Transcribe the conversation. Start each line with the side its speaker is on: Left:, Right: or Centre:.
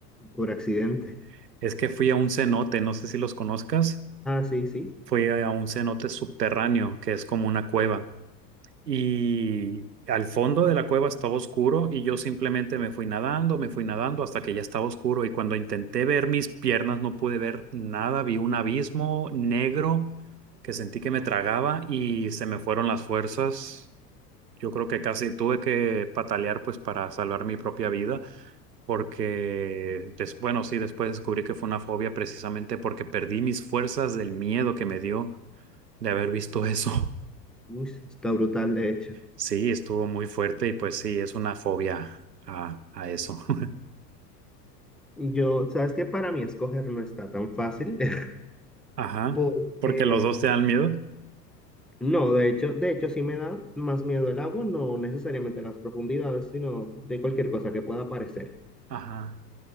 Centre: Por accidente.
Right: <laughs> Es que fui a un cenote, no sé si los conozcas.
Centre: Ah, sí, sí.
Right: Fui a un cenote subterráneo, que es como una cueva. Y al fondo de la cueva estaba oscuro y yo simplemente me fui nadando, me fui nadando hasta que ya estaba oscuro y cuando intenté ver mis piernas no pude ver nada, vi un abismo negro que sentí que me tragaba y se me fueron las fuerzas. Yo creo que casi tuve que patalear pues para salvar mi propia vida porque, des- bueno, sí, después descubrí que fue una fobia precisamente porque perdí mis fuerzas del miedo que me dio de haber visto eso.
Centre: Uy, está brutal, de hecho.
Right: Sí, estuvo muy fuerte y pues sí, es una fobia a, a eso. <laughs>
Centre: Yo, sabes que para mí escoger no está tan fácil, <laughs>
Right: Ajá,
Centre: porque
Right: porque los dos te dan miedo.
Centre: no, de hecho, de hecho sí me da más miedo el agua, no necesariamente las profundidades, sino de cualquier cosa que pueda aparecer.
Right: Ajá,